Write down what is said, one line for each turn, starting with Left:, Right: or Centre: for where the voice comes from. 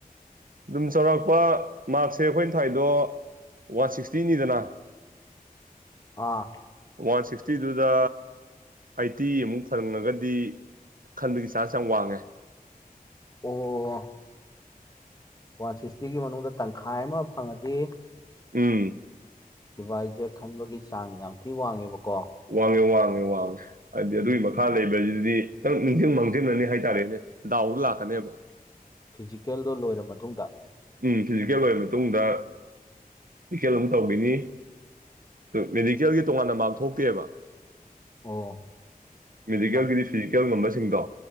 Right: ꯑꯗꯨꯝ ꯆꯥꯎꯔꯥꯛꯄ ꯃꯥꯔꯛꯁꯦ ꯑꯩꯈꯣꯏꯅ ꯊꯥꯏꯗꯣ ꯋꯥꯟ ꯁꯤꯛꯁꯇꯤꯅꯤꯗꯅ
Left: ꯑꯥ
Right: ꯋꯥꯟ ꯁꯤꯛꯁꯇꯤꯗꯨꯗ ꯑꯩꯠꯇꯤ ꯃꯨꯛ ꯐꯪꯉꯒꯗꯤ ꯈꯟꯕꯒꯤ ꯆꯥꯟꯁ ꯌꯥꯝ ꯋꯥꯡꯉꯦ
Left: ꯑꯣ ꯋꯥꯟ ꯁꯤꯛꯁꯇꯤꯒꯤ ꯃꯅꯨꯡꯗ ꯇꯪꯈꯥꯏ ꯑꯃ ꯐꯪꯉꯗꯤ
Right: ꯎꯝ
Left: ꯗꯨꯕꯥꯢꯖꯦ ꯈꯟꯕꯒꯤ ꯆꯥꯡ ꯌꯥꯝ ꯊꯤ ꯋꯥꯡꯉꯦꯕꯀꯣ
Right: ꯋꯥꯡꯉꯦ ꯋꯥꯡꯉꯦ ꯋꯥꯡꯉꯦ ꯍꯥꯏꯗꯤ
Left: ꯐꯤꯖꯤꯀꯦꯜ
Right: ꯑꯗꯨꯒꯤ ꯃꯈꯥ ꯂꯩꯕꯁꯤꯗꯤ ꯈꯤꯇꯪ ꯅꯤꯡꯁꯤꯡ ꯃꯥꯡꯖꯤꯜꯂꯅꯤ ꯍꯥꯏꯇꯥꯔꯦꯅꯦ ꯗꯥꯎꯗ ꯂꯥꯛꯀꯅꯦꯕ
Left: ꯐꯤꯖꯤꯀꯦꯜꯗꯣ ꯂꯣꯏꯔꯕ ꯃꯇꯨꯡꯗ
Right: ꯎꯝ ꯐꯤꯖꯤꯀꯦꯜ ꯂꯣꯏꯔꯕ ꯃꯇꯨꯡꯗ ꯃꯦꯗꯤꯀꯦꯜ ꯑꯃꯨꯛ ꯇꯧꯈꯤꯅꯤ ꯗꯨ ꯃꯦꯗꯤꯀꯦꯜꯒꯤ ꯇꯣꯉꯥꯟꯅ ꯃꯥꯔꯛ ꯊꯣꯛꯇꯦꯕ
Left: ꯑꯣ
Right: ꯃꯦꯗꯤꯀꯦꯜꯒꯤꯗꯤ
Left: ꯂ-
Right: ꯐꯤꯖꯤꯀꯦꯜ ꯉꯝꯕꯁꯤꯡꯗꯣ